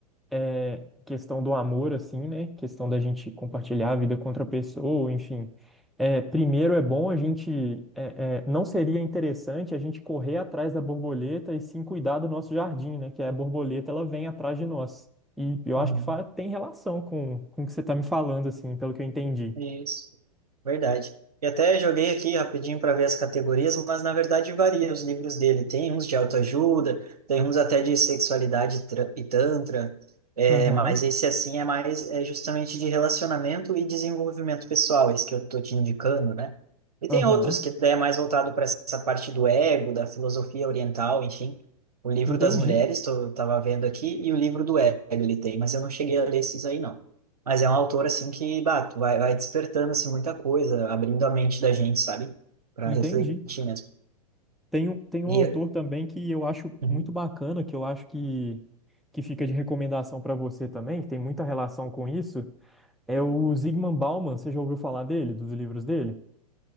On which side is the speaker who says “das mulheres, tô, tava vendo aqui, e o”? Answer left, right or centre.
Right